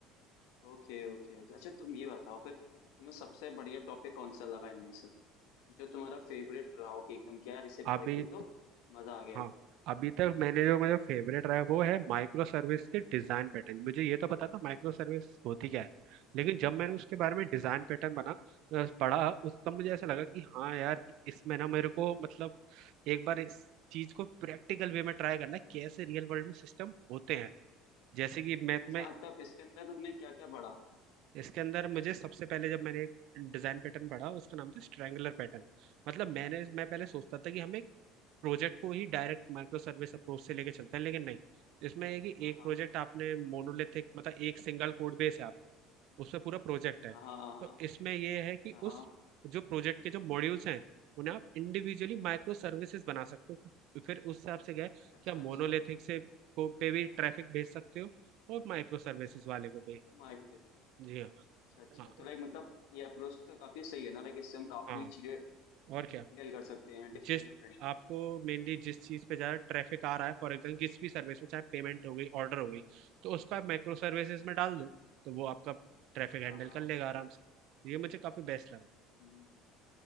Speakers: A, on the left (about 85°); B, on the right (about 55°).
A: ओके ओके ओके अच्छा तुम ये बताओ फिर तुम्हें सबसे बढ़िया टॉपिक कौन सा लगा इनमें से जो तुम्हारा फेवरेट रहा हो कि एकदम क्या यार इसे
B: आप
A: पढ़
B: भी
A: के तो मजा आ गया
B: हाँ अभी तक मैंने जो मेरा फेवरेट रहा है वो है माइक्रो सर्विस के डिज़ाइन पैटर्न मुझे ये तो पता था माइक्रो सर्विस होती क्या है लेकिन जब मैंने उसके बारे में डिज़ाइन पैटर्न बना अ, पढ़ा उस तब मुझे ऐसा लगा कि हाँ यार कि इसमें ना मेरे को मतलब एक बार इस चीज़ को प्रैक्टिकल वे में ट्राई करना है, कैसे रियल वर्ल्ड में सिस्टम होते हैं जैसे कि मैं
A: अच्छा
B: तुम्हें
A: मतलब इसके अंदर तुमने क्या क्या पढ़ा
B: इसके अंदर मुझे सबसे पहले जब मैंने एक डिजाइन पैटर्न पढ़ा उसका नाम था स्ट्रैंगुलर पैटर्न मतलब मैंने मैं पहले सोचता था कि हम एक प्रोजेक्ट को ही डायरेक्ट माइक्रो सर्विस अप्रोच से लेके चलते हैं लेकिन नहीं इसमें है कि
A: हाँ
B: एक
A: हाँ
B: प्रोजेक्ट आपने मोनोलिथिक मतलब एक सिंगल कोड बेस है आपका उसमें पूरा प्रोजेक्ट है
A: हाँ हाँ हाँ हाँ
B: तो इसमें ये है कि
A: हाँ, हाँ,
B: उस जो प्रोजेक्ट के जो मॉड्यूल्स हैं उन्हें आप इंडिविजुअली माइक्रो सर्विसेज बना सकते हो फिर उस हिसाब से क्या है
A: अच्छा
B: कि आप मोनोलिथिक
A: अच्छा
B: से को पे भी ट्रैफिक भेज सकते हो और माइक्रो सर्विसेज वाले को भी
A: माइक्रोडेथ
B: जी हाँ
A: अच्छा अच्छा
B: हाँ
A: तो लाइक मतलब ये अप्रोच तो काफी सही है ना लाइक इससे हम काफी
B: हाँ
A: चीजें
B: और क्या
A: डील कर सकते हैं डिफरेंट
B: जिस
A: डिफरेंट
B: आपको मेनली जिस चीज़ पे ज़्यादा ट्रैफिक आ रहा है फॉर एग्जाम्पल किसी भी सर्विस में चाहे पेमेंट हो गई ऑर्डर हो गई तो उसको आप माइक्रो सर्विसेज में डाल दो तो वो आपका ट्रैफिक
A: हाँ
B: हैंडल
A: हाँ
B: कर लेगा आराम से ये मुझे काफ़ी बेस्ट लगा
A: हम्म,